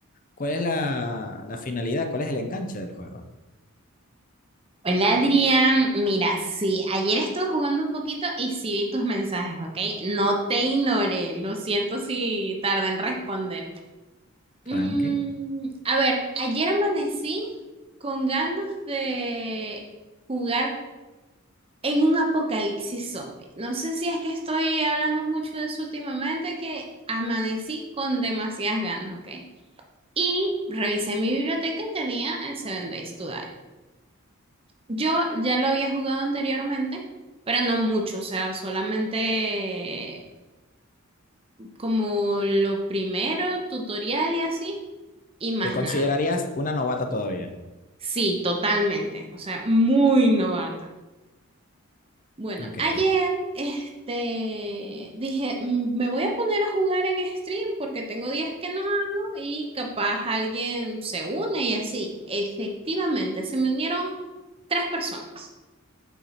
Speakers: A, on the left (about 40°); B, on the right (about 25°).
A: ¿cuál es la, la finalidad? ¿Cuál es el enganche del juego?
B: Hola Adrián, mira, sí, ayer estuve jugando un poquito y sí vi tus mensajes, ¿ok? No te ignoré, lo siento si tardé en responder. Mm,
A: Tranqui.
B: a ver, ayer amanecí con ganas de jugar en un apocalipsis zombie. No sé si es que estoy hablando mucho de eso últimamente, que amanecí con demasiadas ganas, ¿ok? Y revisé mi biblioteca y tenía el Seven Days to Die. Yo ya lo había jugado anteriormente, pero no mucho, o sea, solamente como lo primero, tutorial y así, y más
A: ¿Te considerarías
B: nada.
A: una novata todavía?
B: Sí, totalmente, o sea, muy novata. Bueno,
A: Ok.
B: ayer, este, dije, "Mm, me voy a poner a jugar en stream porque tengo días que no hago y capaz alguien se une y así. Efectivamente, se me unieron tres personas.